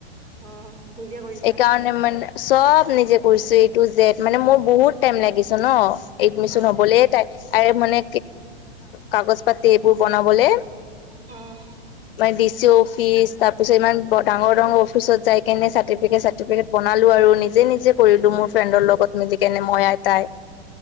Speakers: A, on the right; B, on the left.
A: অ নিজে কৰিছা
B: এইকাৰণে মে মানে চব নিজে কৰিছো এ টু জেদ। মানে মোৰ বহুত টাইম লাগিছে ন। এডমিচন
A: অ
B: হবলৈ, তাই ত
A: অ
B: মানে কাগজ পাতি এইবোৰ বনাবলে।
A: উম।
B: মানে ডি চি অফিচ, তাৰ পিছত ইমান ডাঙৰ ডাঙৰ অফিচত যাই কেনে চাৰ্টিফিকেট চাৰ্টিফিকেট ত বনালো আৰু নিজে নিজে কৰিলো মোৰ ফ্ৰেণ্ডৰ লগত মিলি কেনে মই আৰু তাই।